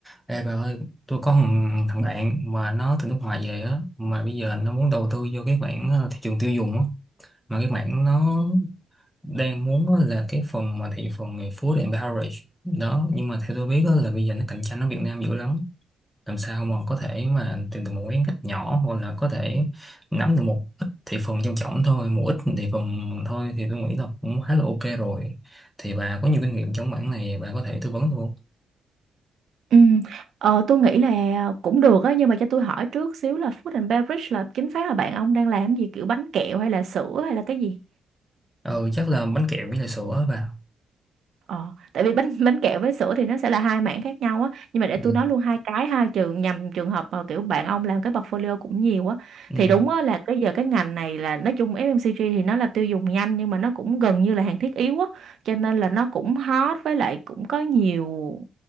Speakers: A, in the centre; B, on the right.
A: Ê bà ơi, tôi có thằng, thằng bạn mà nó từ nước ngoài về á, mà bây giờ nó muốn đầu tư vô cái mảng ờ, thị trường tiêu dùng á, mà cái mảng nó đang muốn á là cái phần mà thị phần về food and beverage đó, nhưng mà theo tôi biết á là bây giờ nó cạnh tranh ở Việt Nam dữ lắm, làm sao mà có thể mà tìm được một cái ngách nhỏ hoặc là có thể nắm được một ít thị phần trong trọng thôi, một ít thị phần thôi thì tôi nghĩ là cũng khá là ok rồi. Thì bà có nhiều kinh nghiệm trong mảng này, bà có thể tư vấn tôi không?
B: Ừ, ờ, tôi nghĩ là cũng được á nhưng mà cho tôi hỏi trước xíu là Food and Beverage là chính xác là bạn ông đang làm gì kiểu bánh kẹo hay là sữa hay là cái gì?
A: Ờ, chắc là bánh kẹo với lại sữa á bà.
B: Ờ, tại vì bánh bánh kẹo với sữa thì nó sẽ là hai mảng khác nhau á nhưng mà để
A: Ừ.
B: tôi nói luôn hai cái ha trường nhằm trường hợp mà kiểu bạn ông làm cái portfolio cũng nhiều á
A: Ừ.
B: thì đúng á là cái giờ cái ngành này là nói chung FMCG thì nó là tiêu dùng nhanh nhưng mà nó cũng gần như là hàng thiết yếu á cho nên là nó cũng hot với lại cũng có nhiều